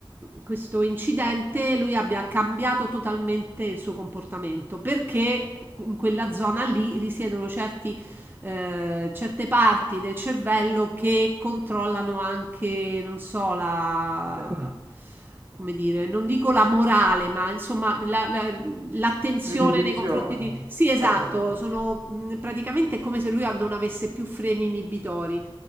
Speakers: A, on the right; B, on the right.
A: questo incidente lui abbia cambiato totalmente il suo comportamento perché in quella zona lì risiedono certi eh, certe parti del cervello che controllano anche, non so, la...
B: Sì,
A: come dire, non dico la morale, ma insomma la- la- l'attenzione
B: l'inibizione,
A: nei confronti di... Sì, esatto,
B: certo.
A: sono mh, praticamente è come se lui non avesse più freni inibitori.